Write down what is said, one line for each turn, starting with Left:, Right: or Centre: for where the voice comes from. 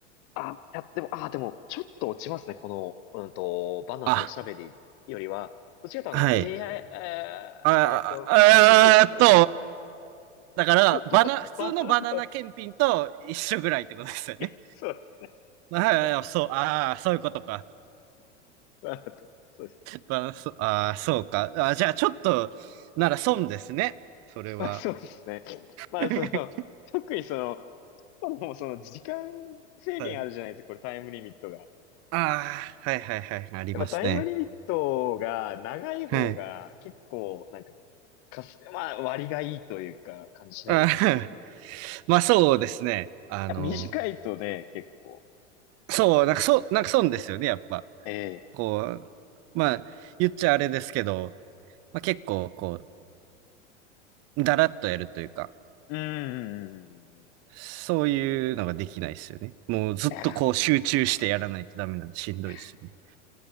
Left: あ、いや、でも、あ、でも、ちょっと落ちますね、この、うんと、バナーとおしゃべりよりは、
Right: あ、
Left: どっちかというとあの、
Right: はい。
Left: a イえーえっと、
Right: あ、あ、
Left: えっと、
Right: あーっと、だから、
Left: <laughs>
Right: バナ、
Left: バ、
Right: 普通のバナナ検品と一緒ぐらいってことですよね。
Left: バナーと、え、そうですね。
Right: はいはい、
Left: ごめんなさい
Right: そう、ああ、そういうことか。
Left: バナーと、そうです。
Right: バナ、そ、ああ、そうか。あー、じゃあ、ちょっと、なら損ですね。それは。
Left: まあそうですね。まあその、
Right: <laughs>
Left: 特にその、もうその時間制限あるじゃないですか、
Right: はい。
Left: これタイムリミットが。
Right: ああ、はいはいはい、ありますね。
Left: やっぱタイムリミットが長い方が結構なんか、
Right: はい。
Left: かす、まあ割がいいというか感じしないですか。
Right: あー
Left: い
Right: <laughs> まあ、そうですね。あの、
Left: や短いとね、結構。
Right: そう、なんか、そう、なんか損ですよね、やっぱ。
Left: ええ。
Right: こう、まあ、言っちゃあれですけど、まあ、結構、こう、だらっとやるというか、
Left: うん、うん、うんうんうん。い
Right: そういうのができないですよね。もうずっとこう集中してやらないとダメなんでしんどいですよね。
Left: やー、いや